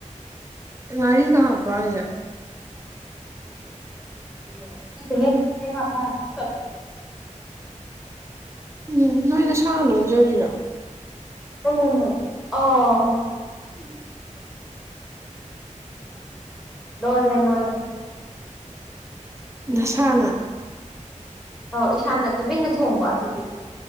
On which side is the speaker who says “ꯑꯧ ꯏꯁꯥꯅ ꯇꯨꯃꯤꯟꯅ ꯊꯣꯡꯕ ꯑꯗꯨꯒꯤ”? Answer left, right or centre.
Centre